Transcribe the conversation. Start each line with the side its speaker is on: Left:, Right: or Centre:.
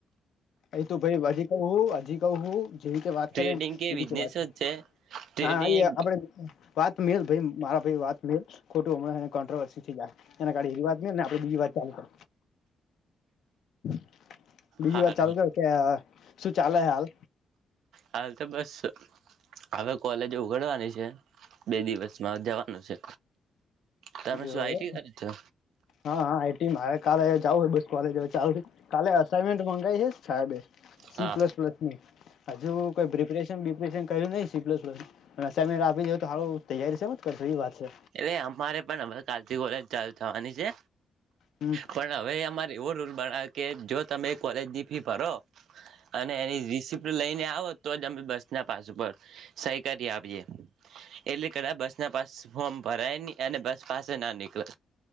Left: એ તો ભાઈ હજી ક હો હજી <inaudible> જેવી રીતે વાત
Right: ટ્રેડિંગ
Left: કરે ને
Right: કે બિઝનેસ
Left: એતે વાત છે
Right: જ ટ્રેડિંગ
Left: હા
Right: એક
Left: આપણેે વાત મે ભાઈ મારા ભાઈ વાત ખોટ અમને કોન્ટટ્રવર્સી જાય એડી એવી વાત ને આપડે બીજી વાત ચાલુ કર. <inaudible> બીજી
Right: હા
Left: વાત ચાલુ કર કે શું ચાલે હાલ.
Right: હાલ તો બસ હવે કોલેજ ઉગડવાની છે. બે દિવસમાં જવાનું છે. તમે શું
Left: એવુ
Right: આઈટી કરી છો
Left: હા હા આઈટી મા કાલેયા જાવ હોય બસ કોલેજ ચાલુ કાલે અસાઈનમેન્ટ મંગાવી છે સાહેબ. સી
Right: હા
Left: પ્લસ પ્લસ ની હજુ કોઈ પ્રિપ્રેશન બિપ્રેશન કર્યું નહી શીપસનુ અસાઈનમેન્ટ આપી દ તોારું તૈયારી છેમ જ કરશો એ વાત છે.
Right: એ અમારે પણ કાથી કોલેજ ચાલુ થવાની છે
Left: હમ
Right: પણ હવે અમારે એવો રૂલ બનાવે કે જો તમે કોલેજની ફી ભરો અને એની રિસપ્ટ લઈને આવ તો જ અમે બસ ના પાસ ઉપર સહી કરી આપીએ એટલે કદાચ બસ ના પાસ ફોર્મ ભરાય નહી અને બસ પાસે ના નીકળે